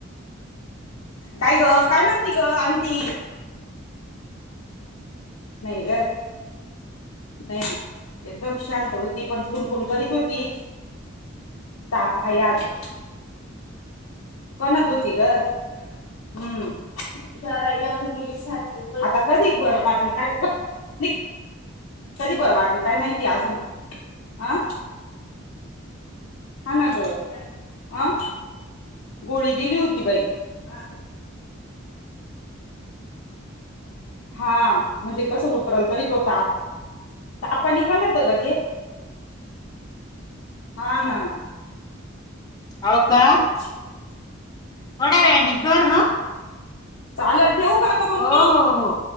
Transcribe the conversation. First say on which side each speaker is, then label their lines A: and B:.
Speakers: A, on the left; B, on the left.
A: काय ग काय म्हगती ग आंटी नाही ग. नाही एकदम शांत होती पण खुनकुून करीत होती. तापहा आगो कणाकृती का हम्म ज मु आता कधी बरं वाटल काय? न कधी बर वाटल काय माहिती अजून अं हा ना ग ह गोळी दिली होती बाई. वा. हा म्हणजे कसं उतरल तरी तता तपानीिकाल होत ग ते हम.
B: हो का.
A: <unintelligible>
B: थोड्या वेळाने कर.
A: चालेल ठेव का? ग मम्मी
B: हो हो हो.